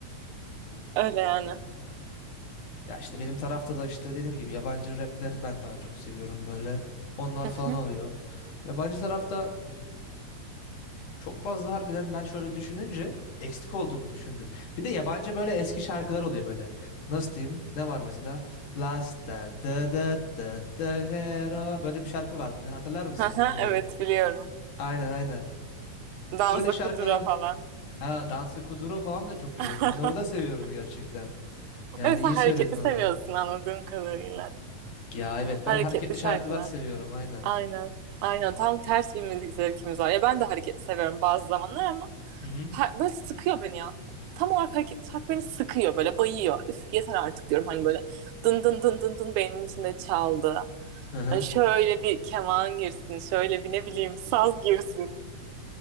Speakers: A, on the right; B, on the left.
A: Öyle yani.
B: Ya işte benim tarafta da işte dediğim gibi yabancı rapleri ben daha çok seviyorum böyle. Onlar
A: <laughs>
B: falan oluyor. Yabancı tarafta Çok fazla harbiden ben şöyle düşününce eksik olduğumu düşündüm. Bir de yabancı böyle eski şarkılar oluyor böyle. Nasıl diyeyim? Ne var mesela? Last da da da da da zero. Böyle bir şarkı vardı. Bir Hatırlar mısın
A: Aha,
B: bilmiyorum.
A: Evet biliyorum.
B: Aynen aynen.
A: Danza
B: Öyle şarkılar.
A: kudura falan.
B: Ha Dansa Kuduro falan da çok iyi
A: <laughs>
B: bak. Onları da seviyorum gerçekten. Yani
A: Evet
B: iyi
A: sen hareketli
B: söyledin onları.
A: seviyorsun anladığım kadarıyla.
B: Ya evet
A: Hareketli
B: ben hareketli şarkılar
A: şarkılar.
B: seviyorum aynen.
A: Aynen. Aynen. Tam ters bir müzik zevkimiz var. Ya ben de hareket severim bazı zamanlar ama
B: Hı hı.
A: her- böyle sıkıyor beni ya. Tam olarak hareket şarkı beni sıkıyor böyle bayıyor. Üf yeter artık diyorum hani böyle dın dın dın dın dın beynimin içinde çaldı.
B: Hı hı.
A: Hani şöyle bir keman girsin, şöyle bir ne bileyim saz girsin.